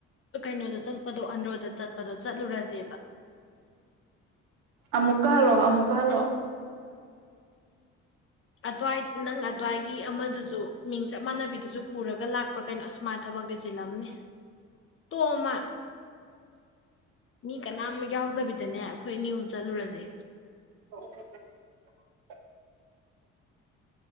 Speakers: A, on the left; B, on the right.
A: ꯀꯩꯅꯣꯗ ꯆꯠꯄꯗꯣ ꯑꯟꯗ꯭ꯔꯣꯗ ꯆꯠꯄꯗꯣ ꯆꯠꯂꯨꯔꯁꯦꯕ
B: ꯑꯃꯨꯛꯀꯥꯍꯜꯂꯣ ꯑꯃꯨꯛꯀꯥꯍꯜꯂꯣ
A: ꯑꯗꯨꯋꯥꯏ ꯅꯪ ꯑꯗꯨꯋꯥꯏꯒꯤ ꯑꯃꯗꯨꯁꯨ ꯃꯤꯡ ꯆꯞ ꯃꯥꯟꯅꯕꯤꯗꯨꯁꯨ ꯄꯨꯔꯒ ꯂꯥꯛꯄ꯭ꯔꯥ ꯀꯩꯅꯣ ꯑꯁꯨꯃꯥꯏꯅ ꯊꯕꯛꯇꯤ ꯆꯤꯜꯂꯝꯅꯤ ꯇꯣꯃ ꯃꯤ ꯀꯅꯥꯝ ꯌꯥꯎꯗꯕꯤꯗꯅꯦ ꯑꯩꯈꯣꯏ ꯑꯅꯤ ꯑꯍꯨꯝ ꯆꯠꯂꯨꯔꯁꯦ
B: <unintelligible>